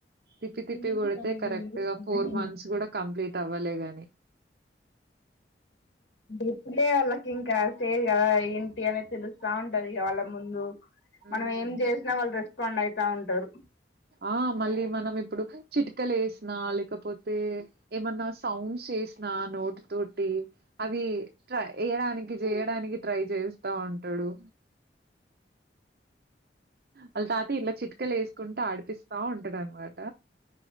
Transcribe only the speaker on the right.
తిప్పి తిప్పి
కొడితే
కరెక్ట్గా
ఫోర్ మంత్స్ కూడా కంప్లీట్ కాలేగాని
హ్మ్.
ఆ మళ్ళీ మనం ఇప్పుడు చిట్కలు వేసినా లేకపోతే ఏమన్న సౌండ్స్ చేసిన నోటు తోటి అవి వెయ్యడానికి చేయడానికి ట్రై చేస్తా ఉంట ఉంటాడు అళ్ళ తాత ఇలా చిటికెలు వేసుకుంటా ఆడిపిస్తా ఉంటాడు అనమాట